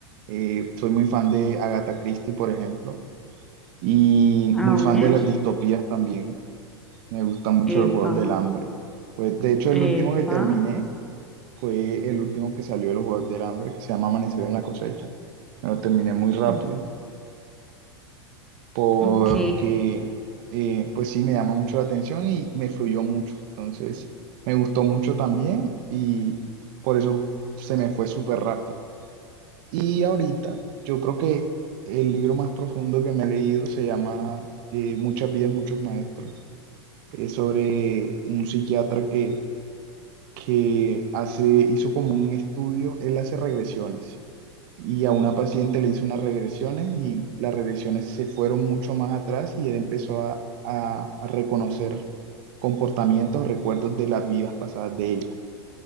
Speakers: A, on the right; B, in the centre.
A: Eh, soy muy fan de Agatha Christie, por ejemplo, y
B: A
A: muy fan
B: ver.
A: de las distopías también. Me gusta mucho
B: Epa,
A: los Juegos del Hambre. Pues, de hecho,
B: epa.
A: el último que terminé fue el último que salió de los Juegos del Hambre, que se llama Amanecer en la cosecha. Me lo terminé muy rápido
B: mm,
A: porque,
B: Ok,
A: eh, pues sí, me llama mucho la atención y me fluyó mucho. Entonces, me gustó mucho también y por eso se me fue súper rápido. Y ahorita, yo creo que el libro más profundo que me he leído se llama eh, Muchas vidas, muchos maestros. Es sobre un psiquiatra que que hace, hizo como un estudio, él hace regresiones y a una paciente le hizo unas regresiones y las regresiones se fueron mucho más atrás y él empezó a, a- a reconocer comportamientos, recuerdos de las vidas pasadas de ella.